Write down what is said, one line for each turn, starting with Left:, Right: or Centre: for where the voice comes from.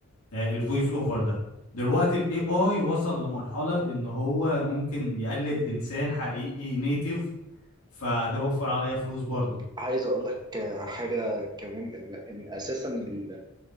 Left: آه، الفويس اوفر ده دلوقتي الاي اي وصل لمرحلة ان هو ممكن يقلد انسان حقيقي نيتيف فده وفر عليا فلوس برضه
Right: عايز اقول لك آه، حاجه كمان ان, إن اساسا ال-